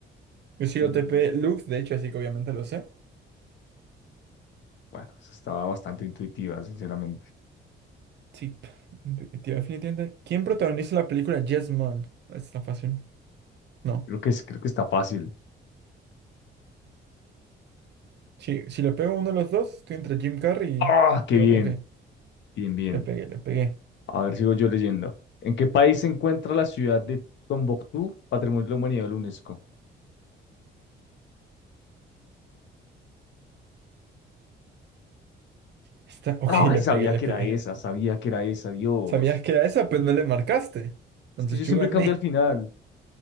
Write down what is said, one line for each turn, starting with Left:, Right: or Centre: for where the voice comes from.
Right: Sí,
Left: Bueno,
Right: OTP Lux, de hecho, así que obviamente lo sé.
Left: bueno, esa estaba bastante intuitiva, sinceramente.
Right: Sí, p- intuitivo, definitivamente. ¿Quién protagoniza la película Yes Man? Esta está fácil. No.
Left: Creo que es, creo que está fácil.
Right: Sí, si le pego a uno de los dos, estoy entre Jim Carrey y
Left: ¡Ah, qué
Right: yo.
Left: bien!
Right: Ok,
Left: Bien, bien.
Right: le pegué, le pegué.
Left: A ver, sigo yo leyendo. ¿En qué país se encuentra la ciudad de Tombuctú, Patrimonio de la Humanidad de la UNESCO?
Right: Está, ok,
Left: No,
Right: le
Left: sabía
Right: pegué, le
Left: que
Right: pegué.
Left: era esa, sabía que era esa, Dios.
Right: Sabías que era esa, pero no le marcaste. Entonces
Left: Es que yo
Right: yo
Left: siempre
Right: gané.
Left: cambio al final.